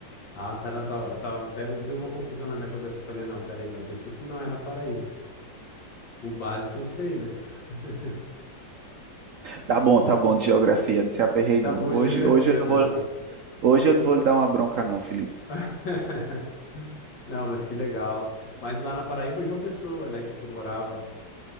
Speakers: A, on the left; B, on the right.
A: ah, tá, não, tá. eu tava até deu uma confusão na minha cabeça. Eu falei, não, peraí, mas Recife não é na Paraíba. O básico eu sei, né? <laughs>
B: Tá bom,
A: Mas
B: tá bom de geografia, não se aperrei
A: tá
B: não.
A: bom
B: Hoje
A: de geografia,
B: hoje eu não
A: não,
B: vou
A: é?
B: hoje eu não vou lhe dar uma bronca não, Felipe.
A: <laughs> Não, mas que legal. Mas lá na Paraíba, João Pessoa, né, que tu morava.